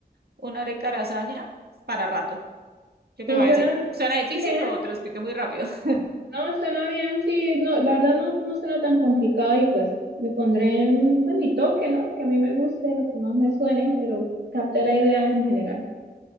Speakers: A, on the right; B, on the right.
A: una rica lasaña para rato. ¿Qué
B: Pues
A: te parece?
B: suena
A: ¿Suena difícil
B: bien,
A: o te lo expliqué muy rápido? <laughs>
B: no, suena bien, sí, no, la verdad no, no suena tan complicado y pues le pondré pues, mi toque, ¿no? Que a mí me guste, lo que más me suene, pero capté la idea en general.